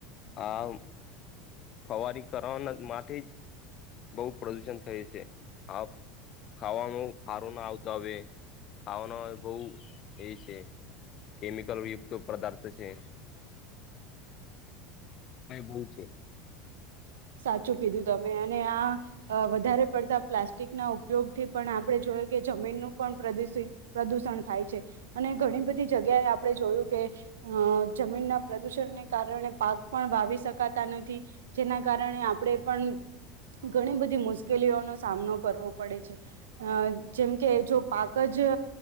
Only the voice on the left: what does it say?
આ ફવારી કરવાના માટે જ બહુ પ્રદુષણ થય છે આ ખાવાનો સારો ના આવતો હવે ખાવાનો બહુ એ છે કેમિકલ યુક્ત, પદાર્થ છે. બહુ છે